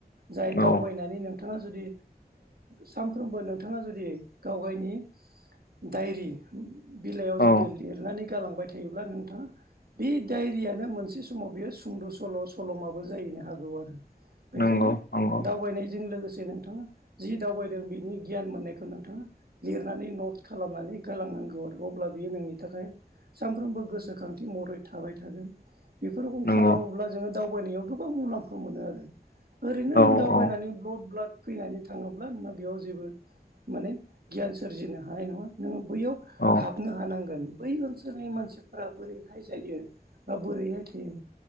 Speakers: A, on the right; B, on the left.
A: जाय
B: औ
A: दावबायनानै नोंथाङा जुदि सानफ्रोमबो नोंथाङा जुदि गाव गावनि डायरि बिलाइयाव
B: औ
A: जुदि लिरनानै गालांबाय थायोब्ला नोंथाङा बे डायरियानो मोनसे समाव बेयो सुंद' सल' सल'माबो जाहैनो हागौ आरो बेखायनो
B: नंगौ नंगौ
A: दावबायनायजों लोगोसे नोंथाङा जि दावबायदों बिनि गियान मोननायखौ नोंथाङा लिरनानै नट खालामनानै गालांनांगौ आरो अब्ला बियो नोंनि थाखाय सानफ्रोमबो गोसोखांथि महरै थाबाय थागोन बेफोरखौ
B: नंगौ
A: खालामोब्ला जोङो दावबायनायाव गोबां मुलाम्फा मोनो आरो ओरैनो
B: औ
A: नों दावबायनानै
B: औ
A: ब्लड ब्लाड फैनानै थाङोब्ला नोङो बेयाव जेबो माने गियान सोरजिनो हानाय नङा नोङो बैयाव
B: औ
A: हाबनो हानांगोन बै ओनसोलनि मानसिफोरा बोरैहाय जायो बा बोरैहाय थायो